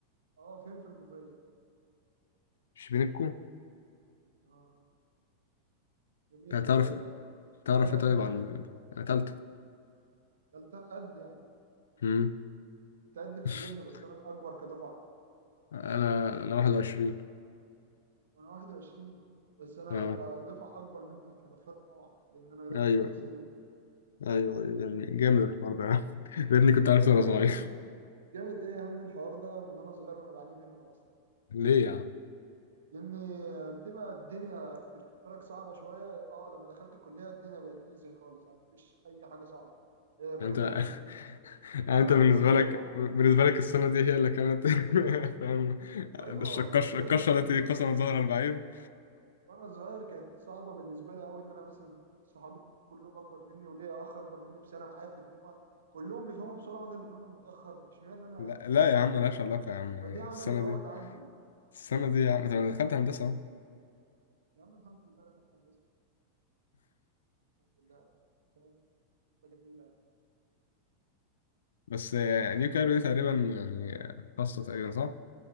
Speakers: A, on the right (about 65°); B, on the left (about 65°).
A: اه فين في المنوفية
B: شبينكو
A: اه جميلة
B: تعرف
A: ما شاء الله
B: تعرف
A: فرقة
B: ايه
A: كام؟
B: طيب عن تالتة
A: تالتة قد يعني
B: امم
A: انت قد في
B: <laughs>
A: السن بس انا اكبر كدفعة
B: انا انا 21
A: وانا 21 بس انا
B: اه
A: كدفعة اكبر منك انا في فرقة رابعة لان انا داخل
B: ايوه
A: صغار سن وكده
B: ايوه
A: فاهم؟
B: ايوه يعني جامد الحوار ده <laughs> لاني كنت عارف
A: آه، جامد
B: وانا صغير
A: ايه
B: <laughs>
A: جامد ايه يا عم الحوار ده من وانا صغير انا بعاني منه
B: ليه يا عم
A: لان بتبقى الدنيا بالنسبه لك صعبه شويه اه لما دخلت الكليه الدنيا بقت ايزي خالص يعني مفيش اي حاجه صعبه هي كل
B: يعني انت
A: الفكره انك
B: <laughs>
A: انما
B: انت
A: وانت
B: بالنسبه
A: صغير
B: لك بالنسبه لك السنه دي هي اللي كانت <laughs> فاهم
A: ايوه
B: القشره
A: بالنسبه
B: القشره
A: لي السنه
B: التي
A: دي
B: قسمت ظهر البعير
A: وانا صغير كانت صعبه بالنسبه لي قوي ان انا مثلا صحابي كلهم اكبر مني وليا اخ اكبر مني بسنه معايا في الدفعه كلهم بيفهموا بسرعه وانا اللي بفهم متاخر اشمعنى انا
B: لا
A: يعني فاهم
B: لا يا عم ملهاش علاقه يا عم يعني
A: فدي عملت
B: السنه
A: عقد
B: دي
A: عندي
B: السنه دي يا عم انت دخلت هندسه اهو
A: يا عم الحمد لله دخلت هندسه الحمد لله أنت فاهم قصة جميله يعني.
B: بس آه،
A: بس
B: نيو
A: بقى
B: كايرو دي تقريبا يعني خاصه تقريبا صح؟